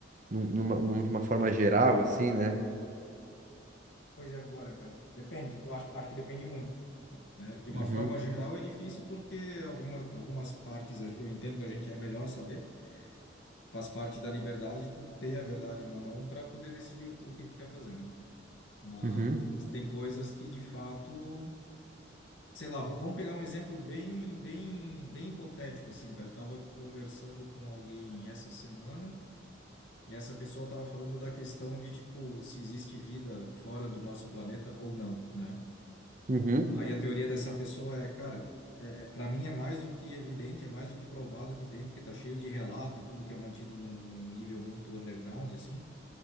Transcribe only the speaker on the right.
num- numa, numa forma geral, assim, né?
Uhum,
uhum,
uhum,